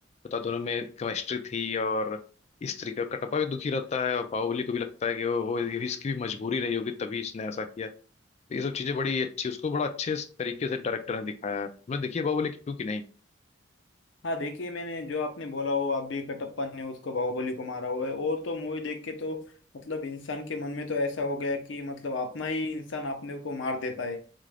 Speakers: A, on the left (about 35°); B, on the left (about 75°).
A: पता दोनों में केमिस्ट्री थी और इस तरीके का कटप्पा भी दुखी रहता है और बाहुबली को भी लगता है कि वो वो ये भी इसकी भी मजबूरी रही होगी तभी इसने ऐसा किया तो ये सब चीजें बड़ी अच्छी उसको बड़ा अच्छे तरीके से डायरेक्टर ने दिखाया है मैं देखिए बाहुबली की टू की नहीं
B: हाँ देखिए मैंने जो आपने बोला वो आप भी कटप्पा ने उसको बाहुबली को मारा हुआ है और तो मूवी देख के तो मतलब इंसान के मन में तो ऐसा हो गया कि मतलब अपना ही इंसान अपने को मार देता है